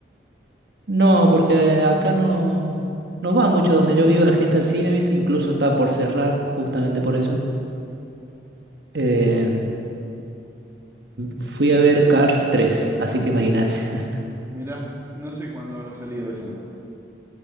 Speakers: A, on the right (about 70°); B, on the right (about 15°).
A: No, porque acá no, no va mucho donde yo vivo la gente al cine, ¿viste? Incluso está por cerrar, justamente por eso. Eh, fui a ver Cars tres, así que imagínate. <laughs>
B: Mirá, no sé cuándo habrá salido esa.